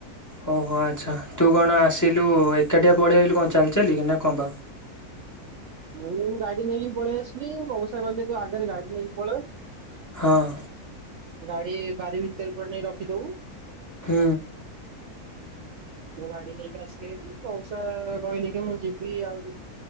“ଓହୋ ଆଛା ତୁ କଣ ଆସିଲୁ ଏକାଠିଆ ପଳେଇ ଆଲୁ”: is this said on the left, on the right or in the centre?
Left